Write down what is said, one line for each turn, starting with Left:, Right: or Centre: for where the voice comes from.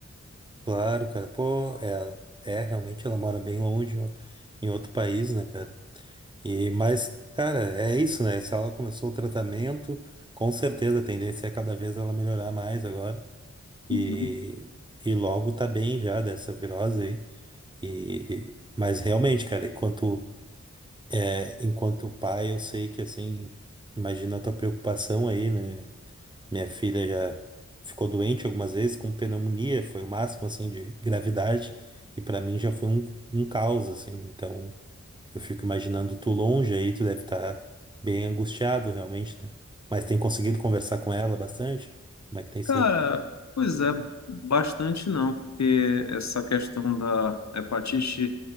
Right: Claro, cara. Pô, é, é realmente ela mora bem longe, em outro em outro país, né, cara? E, mas, cara, é isso, né? Se ela começou o tratamento, com certeza a tendência é cada vez ela melhorar mais agora. E,
Left: Uhum.
Right: e logo tá bem já dessa virose aí. E, mas realmente, cara, enquanto, é, enquanto pai, eu sei que, assim, imagina a tua preocupação aí, né? Minha filha já ficou doente algumas vezes com pneumonia, foi o máximo assim de gravidade, e pra mim já foi um, um caos assim. Então, eu fico imaginando tu longe aí, tu deve estar bem angustiado realmente, né? Mas tem conseguido conversar com ela bastante? Como é que tem sido?
Left: Cara, pois é, bastante não, porque essa questão da hepatite,